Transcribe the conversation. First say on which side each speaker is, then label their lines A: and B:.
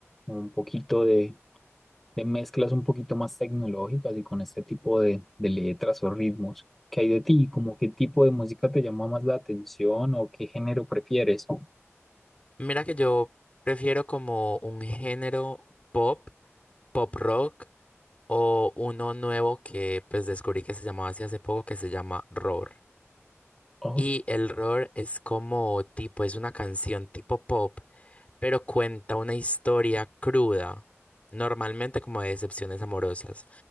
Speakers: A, in the centre; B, on the left (about 30°).
A: un poquito de, de mezclas un poquito más tecnológicas y con este tipo de, de letras o ritmos. ¿Qué hay de ti? ¿Cómo qué tipo de música te llama más la atención o qué género prefieres?
B: Mira que yo prefiero como un género pop, pop rock o uno nuevo que pues descubrí que se llamaba así hace poco que se llama roar.
A: Oh,
B: Y el roar es como tipo, es una canción tipo pop, pero cuenta una historia cruda, normalmente como de decepciones amorosas.